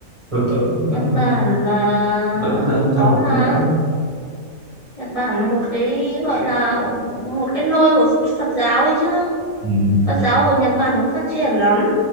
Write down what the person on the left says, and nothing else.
Nhật
Bản là
có
mà,
Nhật Bản là một cái gọi là một cái nôi của Phật giáo ấy chứ.
Phật giáo ở Nhật Bản cũng phát triển lắm,